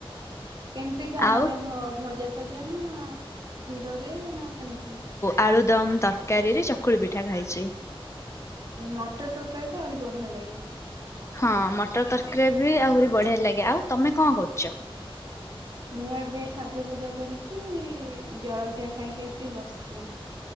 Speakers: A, on the right; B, on the left.
A: କେମିତି ଖାଅ ମାନେ
B: ଆଉ
A: ଭ ଭଜା ଫଜା ନା କ୍ଷୀରରେ ନା କେମିତି?
B: ଆଳୁଦମ୍ ତରକାରୀରେ ଚକୁଳି ପିଠା ଖାଇଛି।
A: ମଟର ତରକାରୀ ତ ଆହୁରି ବଢିଆ ଲାଗେ।
B: ହଁ ମଟର ତରକାରୀ ବି ଆହୁରି ବଢିଆ ଲାଗେ ଆଉ ତମେ କଣ କରୁଛ?
A: ମୁଁ ଏବେ ଠାକୁର ପୂଜା କରିକି ଜଳଖିଆ ଖାଇକି ଆସିି ବସିଛି।